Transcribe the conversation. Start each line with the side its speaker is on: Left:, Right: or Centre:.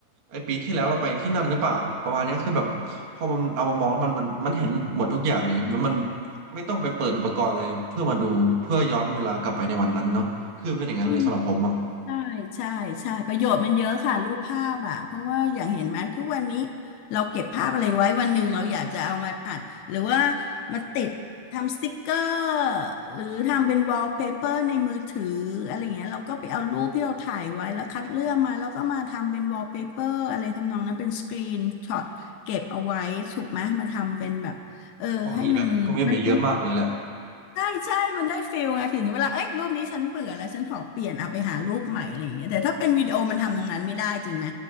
Right: ไอ้ปีที่แล้วเราไปที่นั่นหรือเปล่าประมาณเนี้ยคือแบบพอมันเอามามองแล้วมันมันมันเห็นหมดทุกอย่างเลยแล้วมันไม่ต้องไปเปิดอุปกรณ์อะไรเพื่อมาดูเพื่อย้อนเวลากลับไปในวันนั้นเนาะคือเป็นอย่างนั้นเลยสำหรับผมอ่ะ
Left: อืม ใช่ใช่ใช่ประโยชน์มันเยอะค่ะรูปภาพอ่ะเพราะว่าอย่างเห็นไหมทุกวันนี้เราเก็บภาพอะไรไว้วันหนึ่งเราอยากจะเอามาอัดหรือว่ามาติดทำสติกเกอร์หรือทำเป็นวอลเปเปอร์ในมือถืออะไรเงี้ยเราก็ไปเอารูปที่เราถ่ายไว้แล้วคัดเลือกมาแล้วก็มาทำเป็นวอลเปเปอร์อะไรทำนองนั้นเป็นสกรีนช็อตเก็บเอาไว้ถูกไหมมาทำเป็นแบบเออให้มันมันมัน
Right: ผมมีแบบผมมีแบบเยอะมากเลยแหละ
Left: ใช่ใช่ มันได้ฟิลไงถึงเวลาเอ้ยรูปนี้ฉันเบื่อแล้วฉันขอเปลี่ยนเอาไปหารูปใหม่อะไรอย่างเงี้ยแต่ถ้าเป็นวิดีโอมันทำตรงนั้นไม่ได้จริงไหม